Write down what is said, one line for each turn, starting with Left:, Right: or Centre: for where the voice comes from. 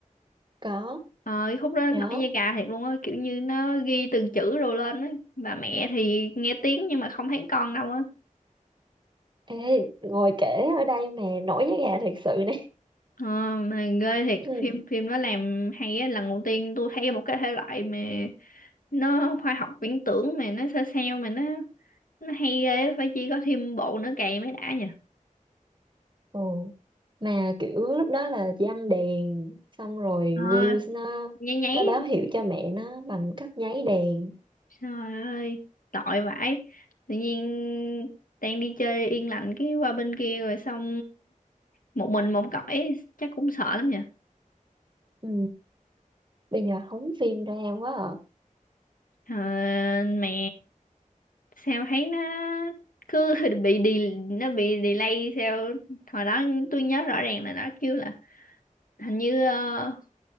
Right: có
Left: ờ cái khúc đó
Right: nhớ
Left: nổi da gà thiệt luôn á kiểu như nó ghi từng chữ rồi lên á bà mẹ thì nghe tiếng nhưng mà không thấy con đâu á
Right: ê ngồi kể ở đây mà nổi da gà thiệt sự này
Left: Ờ, mà ghê thiệt
Right: <clears throat>
Left: phim phim nó làm hay á lần đầu tiên tôi thấy một cái thể loại mà nó khoa học viễn tưởng mà nó sao sao mà nó nó hay ghê á, phải chi có thêm bộ nữa cày mới đã nhỉ
Right: ồ <laughs> mà kiểu lúc đó là giăng đèn xong rồi
Left: ờ
Right: Wills nó
Left: nháy nháy
Right: nó báo
Left: á.
Right: hiệu cho mẹ nó bằng cách nháy đèn
Left: trời ơi tội vãi tự nhiên đang đi chơi yên lành cái qua bên kia rồi xong một mình một cõi chắc cũng sợ lắm nhỉ
Right: ừ. bây giờ hóng phim ra quá à
Left: Ờ, mẹ sao thấy nó cứ <laughs> bị đi nó bị delay sao hồi đó tôi nhớ rõ ràng là nó kêu là hình như ờ,